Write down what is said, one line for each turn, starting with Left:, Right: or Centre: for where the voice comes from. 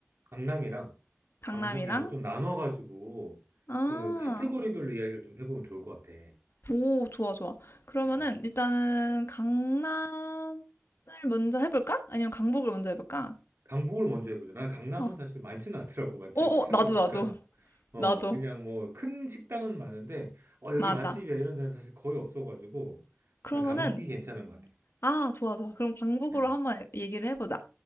Right: 강남이랑
Left: 강남이랑?
Right: 강북이랑 좀 나눠가지고,
Left: 아,
Right: 그, 카테고리별로 이야기를 좀 해보면 좋을 것 같아.
Left: 오, 좋아, 좋아. 그러면은
Right: 음.
Left: 일단은 강남을 먼저 해볼까? 아니면 강북을 먼저 해볼까?
Right: 강북을 먼저 해보자. 난 강남은
Left: 어,
Right: 사실 많지는 않더라고, 맛집을
Left: 어, 어,
Right: 찾아보니까.
Left: 나도, 나도,
Right: <laughs> 어,
Left: 나도.
Right: 그냥 뭐, 큰 식당은 많은데, 어, 여기
Left: 맞아.
Right: 맛집이야, 이런 데는 사실 거의 없어가지고,
Left: 그러면은,
Right: 난 강북이 괜찮은 것 같아.
Left: 아, 좋아, 좋아. 그럼 강북으로
Right: 음.
Left: 한번 얘기를 해보자.